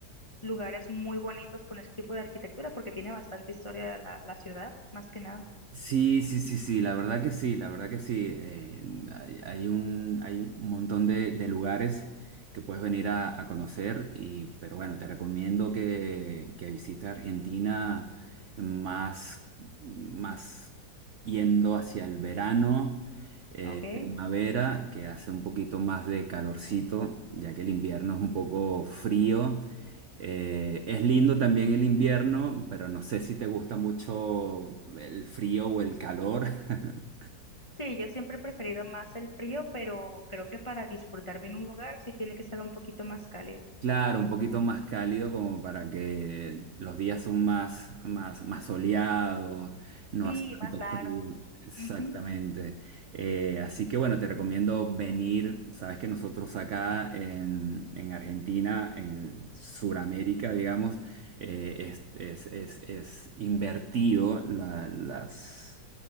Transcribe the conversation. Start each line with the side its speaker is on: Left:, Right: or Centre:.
Left: lugares muy bonitos con ese tipo de arquitectura porque tiene bastante historia la, la ciudad, más que nada,
Right: Sí, sí, sí, sí, la verdad que sí, la verdad que sí. Eh, hay, hay un, hay un montón de, de lugares que puedes venir a, a conocer, y, pero bueno, te recomiendo que, que visites Argentina más, más yendo hacia el verano, eh,
Left: ¿ok?
Right: primavera, que hace un poquito más de calorcito, ya que el invierno es un poco frío. Eh, es lindo también el invierno, pero no sé si te gusta mucho el frío o el calor. <laughs>
Left: Sí, yo siempre he preferido más el frío, pero creo que para disfrutar bien un lugar sí tiene que estar un poquito más cálido.
Right: Claro, un poquito más cálido como para que los días son más, más, más soleados, no
Left: Sí,
Right: hace tanto
Left: más largo.
Right: frío. Exactamente.
Left: Ujú,
Right: Eh, así que bueno, te recomiendo venir. Sabes que nosotros acá en, en Argentina, en Sudamérica, digamos, eh, es, es, es, es invertido la- las,